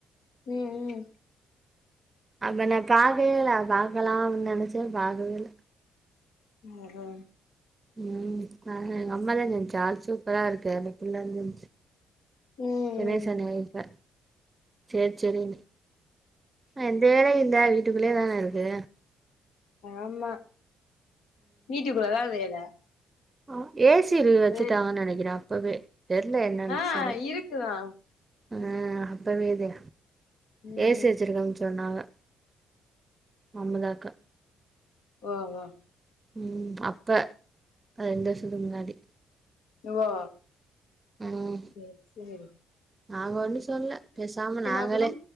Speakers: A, on the left; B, on the right.
A: ம் ம்
B: அப்ப நா பாக்கவேல்ல பாக்கலாம்னு நனைச்சே பாக்கவே இல்ல
A: ஒஹா
B: ம் அஹா எங்க அம்மா தா சொல்ச்சி ஆள் சூப்பரா இருக்கார்னு அப்டிலா சொல்ச்சி
A: ம்
B: என்னைய
A: ம்
B: பிரசனயே இல்ல செரி செரினு எந்த வேல இல்ல வீட் டுக்குள்ளே தானருக்கே
A: ஆமா வீட்டுக்குள்ளதா வேல
B: ஆ ஏ சி இருக்கு வச்சுட்டாங்கன்னு
A: வே
B: நெனைக்கிறே அப்பவே தெர்ல என்னன்னு
A: ஆ
B: சரி
A: இருக்குதா
B: அ அப்பவே இது
A: ம்
B: ஏ சி
A: ம்
B: வச்சிருகாங்ணு சொன்னாங்க அமுதாக்கா
A: ஓ ஓ
B: ம் அப்ப ரெண்டு வர்ஷத்துக்கு முன்னாடி
A: வா
B: ம்
A: செர் செரி
B: நாங்க ஒண்ணு சொல்ல பேசாம நாங்களே
A: அப்றோ